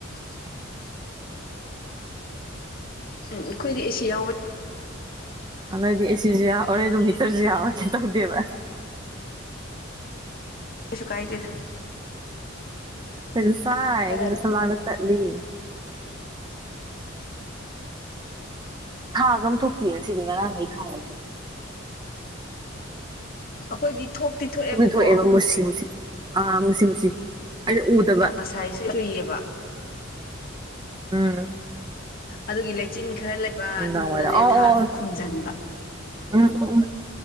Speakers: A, on the left; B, on the right.
A: <inaudible> ꯎꯝ ꯑꯩꯈꯣꯏꯗꯤ ꯑꯦꯁꯤ ꯌꯥꯎꯕ
B: ꯅ ꯅꯣꯏꯗꯤ ꯑꯦꯁꯤꯁꯨ ꯌꯥ ꯑꯣꯔ ꯑꯗꯨꯝ ꯃꯤꯇꯔꯁꯨ ꯌꯥꯋ ꯀꯦ ꯇꯧꯗꯦꯕ
A: ꯁꯨ ꯀꯥꯏꯗꯦꯗ
B: ꯐꯁꯥꯏ
A: ꯀꯅꯥꯅ
B: ꯑꯗꯨꯁ ꯃꯥꯅ ꯆꯠꯂꯤ ꯊꯥꯒ ꯑꯃ ꯊꯣꯛꯇꯦ ꯁꯤꯗꯤ ꯉꯔꯥꯡꯈ
A: ꯎꯝ
B: ꯊꯥꯒ ꯑꯃ ꯊꯣꯛꯇ
A: ꯑꯩꯈꯣꯏꯗꯤ ꯊꯣꯛꯇꯤ ꯊꯣꯛꯑꯦꯕꯀꯣ
B: ꯊꯣꯛꯑꯦꯕ ꯃꯨꯁꯤ ꯃꯨꯁꯤ ꯑꯥ ꯃꯨꯁꯤ ꯃꯨꯁꯤ ꯑꯩꯅ ꯎꯗꯕ
A: ꯉꯁꯥꯏꯁꯦ ꯔꯨꯏꯌꯦꯕꯗꯥ
B: ꯎꯝ
A: ꯑꯗꯨꯒꯤ ꯂꯩꯆꯤꯟ ꯈꯔ ꯂꯩꯕ
B: ꯅꯨꯡꯗꯥꯡꯋꯥꯏꯔꯝ
A: ꯑꯗꯨꯗꯨꯅꯅꯦ
B: ꯑꯣ
A: ꯊꯥꯁꯦ
B: ꯑꯣ
A: ꯈꯨꯝꯖꯤꯟꯕ
B: ꯎꯝ ꯎꯝ ꯎꯝ